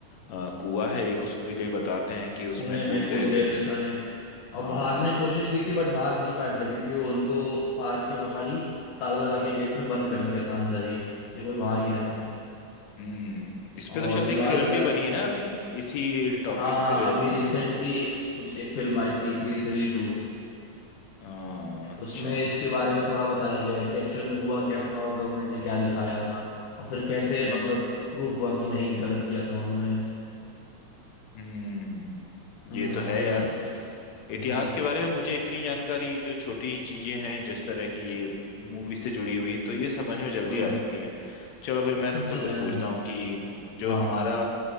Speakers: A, on the left; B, on the left.
A: अ, कुआं है एक उसके लिए बताते हैं कि उसमें
B: कुएं
A: कूद
B: में कूद
A: गए
B: गए
A: थे
B: थे सारे और
A: हाँ
B: भागने की कोशिश की थी बट भाग नहीं पाए थे क्योंकि वो उनको पार्क के बाहर ही ताला लगा के गेट में बंद कर दिया था अंदर ही ये कोई भाग ही ना पाए
A: हम्म इस
B: और
A: पे तो शायद
B: दीवार
A: एक फिल्म
B: वगैरह
A: भी बनी
B: कूद
A: है ना
B: रहे
A: अभी इसी टॉपिक
B: हाँ
A: से रिलेटेड
B: अभी रिसेंटली कुछ एक फिल्म आई थी केसरी टू
A: हाँ अच्छा
B: उसमें इसके बारे में थोड़ा बताया गया है कि एक्चुअल में हुआ क्या था और गवर्नमेंट ने क्या दिखाया था और फिर कैसे मतलब प्रूफ हुआ कि नहीं गलत किया था उन्होंने
A: हम्म
B: हम्म
A: ये तो है यार इतिहास
B: हम्म
A: के बारे में मुझे इतनी जानकारी जो छोटी चीजें हैं जिस तरह की ये मूवी से जुड़ी हुई तो ये समझ में जल्दी
B: हम्म,
A: आ जाती है चलो फिर मैं तुमसे
B: ये तो
A: कुछ
B: है
A: पूछता हूँ कि जो
B: हाँ
A: हमारा